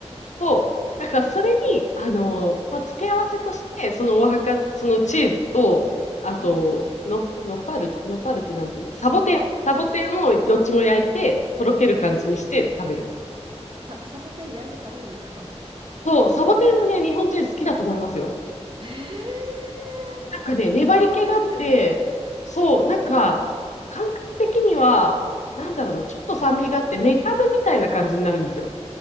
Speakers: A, on the left; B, on the right.
A: そう。だからそれに、あのまあ、付け合わせとして、そのお墓、そのチーズと、あと、
B: うん。
A: の、のパぱのっぱってなんていうの、サボテン。サボテンをどっちも焼いて、とろける感じにして食べる。
B: えササボテン焼いて食べるんですか
A: そう、サボテンもね、日本人好きだと思いますよ。
B: へえ、<laughs>
A: なんかね、粘り気があって、
B: サボテンですよね。
A: そう、なんか、感覚的には、なんだろうな、ちょっと酸味があって、メカブみたいな感じになるんですよ。